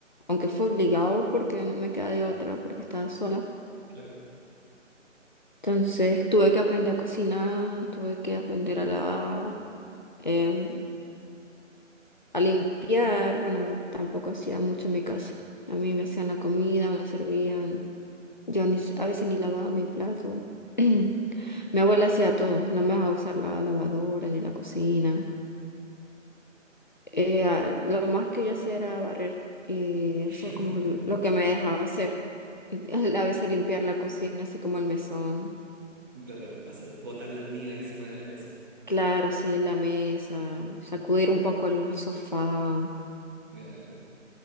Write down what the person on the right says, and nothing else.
claro.
<laughs>
Claro, el paso de botar las migas encima de la mesa.
Ya, claro,